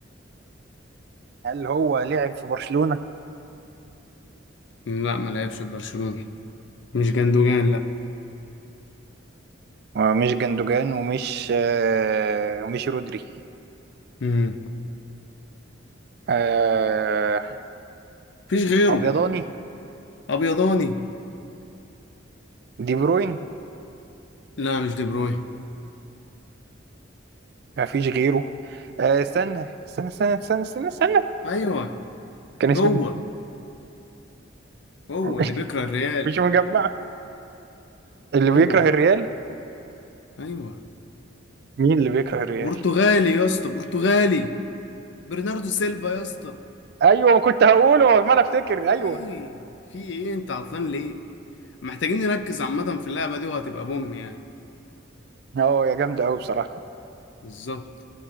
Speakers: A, on the right (about 55°); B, on the left (about 65°).
A: هل هو لعب في برشلونة
B: لا ما لعبش في برشلونة مش جندوجان لا
A: مش جندوجان ومش آه ومش رودري
B: مم.
A: آه
B: مفيش غيره
A: أبيضاني
B: ابيضاني
A: دي بروين
B: لا مش دي بروين
A: ما فيش غيره آه استنى استنى استنى استنى استنى, استنى.
B: ايوه
A: كان اسمه
B: هو
A: إيه؟
B: هو
A: <laughs>
B: اللي بيكره الريال
A: مش مجمع اللي بيكره
B: هو هو
A: الريال
B: ايوه
A: مين اللي بيكره الريال
B: برتغالي يا اسطى برتغالي برناردو سيلفا يا اسطى
A: ايوه ما كنت هقوله ما انا افتكر
B: ايه
A: ايوه
B: في ايه انت عطلان ليه محتاجين نركز عامة في اللعبة دي وهتبقى بوم يعني
A: هو يا جامد قوي بصراحة
B: بالظبط